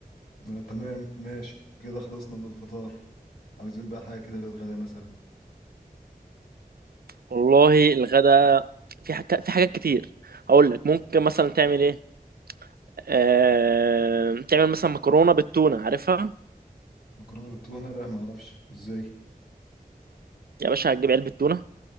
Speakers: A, on the left; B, on the right.
A: آه تمام ماشي كده خلصنا من الفطار عاوزين بقى حاجه كده للغدا مثلا
B: والله الغدا في حاجة في حاجات كتير هقول لك ممكن مثلا تعمل ايه آه... تعمل مثلا مكرونة بالتونة عارفها
A: مكرونه بالتونه لا ما اعرفش ازاي
B: يا باشا هتجيب علبة تونة